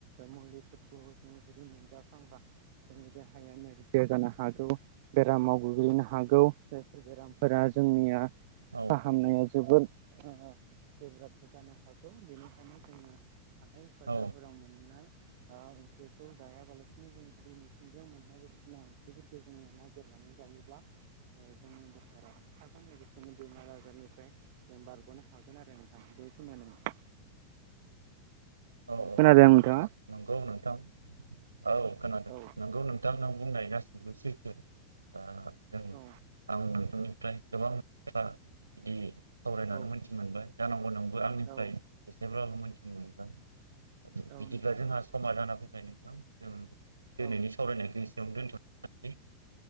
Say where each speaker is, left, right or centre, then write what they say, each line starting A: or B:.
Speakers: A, on the right; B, on the right.
A: मुलिफोरखौ जोङो जुदि मोनजाफ्लांबा जोंनि देहाया नोरजिया जानो हागौ बेरामाव गोग्लैनो हागौ जायफोर बेरामफोरा जोंनिया
B: औ
A: फाहामनाया जोबोद ओ गोब्राबबो जानो हागौ बेनिखायनो जोङो हाथाइ बाजारफोराव
B: औ
A: मोननाय ओंख्रिखौ जायाबालासिनो जों जुदि मिथिंगायाव मोननाय बायदिसिना ओंख्रिफोरखौ जोङो नागिरनानै जायोब्ला जोंनि देहाया राफोद थागोन लोगोसेनो बेमार आजारनिफ्राय जों बारग'नो हागोन आरो नोंथां बेखिनियानो
B: औ औ
A: खोनादों
B: नंगौ
A: नोंथाङा?
B: नोंथां नंगौ नोंथां। औ खोनादों
A: औ
B: नोंगौ नोंथांनाव, बुंनाय गासिनोबो सैथो दा, <unintelligible>
A: औ
B: ओमफ्राय गोबां बाथ्रा बिदि, सावरायनानै
A: औ
B: मोन्थि मोनबाय, जानांगौ नों आंनिफ्राय
A: औ
B: एसेब्लाबो मोनथि <unintelligible>
A: औ
B: बिदिब्ला
A: नोंथां
B: जोंहा समा जाना <unintelligible> नोंथां जों दिनैनि
A: औ
B: सावरायनायखो एस जों दोनथ'निसै